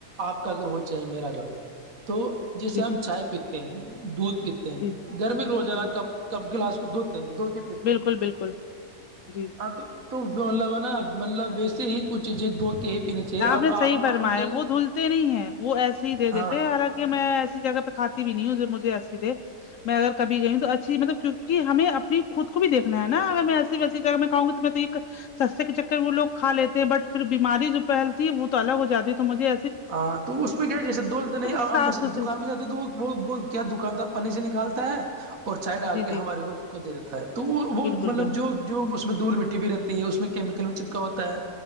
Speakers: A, on the right (about 65°); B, on the left (about 65°).
A: آپ کا گھر ہو چاہے میرا گھر ہو تو جیسے
B: جی
A: ہم چائے پیتے ہیں دودھ پیتے ہیں
B: جی
A: گرمی روزانہ
B: جی
A: کپ- کپ گلاس کو دھوتے ہیں دو کے- تے
B: بالکل
A: ہیں
B: بالکل جی
A: ہ تو- تولہنا مطلب ویسے ہی کچھ چیزیں دھو کے- پینی چاہیے
B: آپ
A: اب
B: نے صحیح
A: ہم
B: فرمایا
A: ہم کے
B: وہ دھول نہیں ہے وہ ایسے ہی دے
A: ہاں
B: دیتے حالانکہ میں ایسی جگہ پہ کھاتی بھی نہیں ہوں مجھے ایسیے دے- میں اگر کب گئی ہ تو اچھی مطلب- کہ ہمیں اپنی خود کو بھی دیکھنا ہے نا اگر میں ایسی ویسی اگر میں کہوں گی تو میں تو- سستے کے چکر وہ لو کھا لیتے ہیں بٹ پھر بیماری جو پہلتی ہے وہ تو الگ ہو جاتی تو مجے
A: ہاں تو اس میں کیا جیے دول تو نہیں اب
B: صاف
A: جیسے
B: ستھری
A: دکان پہ جاتا- تو وہ- وہ- وہ کیا دکاندار پنی سے نکالتا ہے اور چائے ڈال
B: جی
A: کے
B: جی
A: ہمارے کو- کو دے دیتا ہے تو وہ وہ
B: بالکل
A: مطلب
B: بالکل
A: جو- جو اس میں دھول مٹی بھی رہتی ہے اس میں کیمیکل بھی چپکا ہوتا ہے-